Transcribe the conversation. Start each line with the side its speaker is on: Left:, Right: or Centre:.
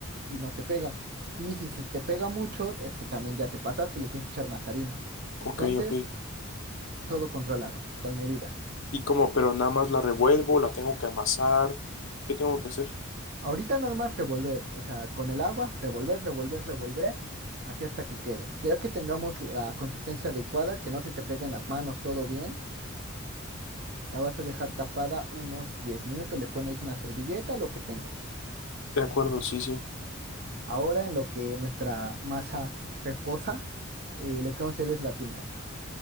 Right: y no se pega. Y si se te pega mucho, es que también ya te pasaste, le tienes que echar más harina.
Left: Ok,
Right: Entonces,
Left: ok.
Right: todo controlado, con medida.
Left: Y como, pero nada más la revuelvo, la tengo que amasar. ¿Qué tengo que hacer?
Right: Ahorita nada más revolver, o sea, con el agua, revolver, revolver, revolver, así hasta que quede. Ya que tengamos la consistencia adecuada, que no se te peguen las manos, todo bien. La vas a dejar tapada unos 10 minutos, le pones una servilleta, lo que tengas.
Left: De acuerdo, sí, sí.
Right: Ahora en lo que nuestra masa reposa, eh, lo que vamos a hacer es la tinga.